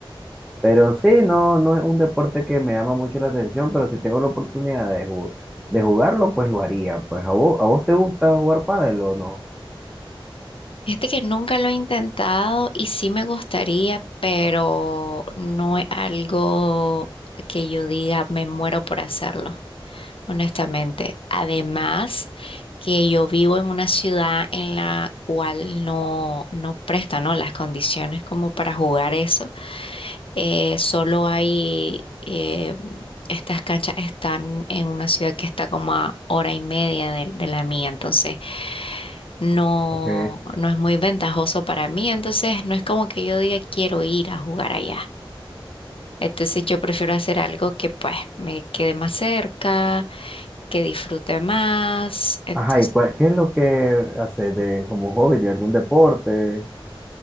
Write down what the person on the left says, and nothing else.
Fíjate que nunca lo he intentado y sí me gustaría, pero no es algo que yo diga me muero por hacerlo, honestamente. Además, que yo vivo en una ciudad en la cual no, no presta, ¿no? las condiciones como para jugar eso. eh, solo hay, eh, estas canchas están en una ciudad que está como a hora y media de, de la mía, entonces no,
no es muy ventajoso para mí, entonces no es como que yo diga quiero ir a jugar allá. Entonces yo prefiero hacer algo que pues me quede más cerca, que disfrute más, entonces...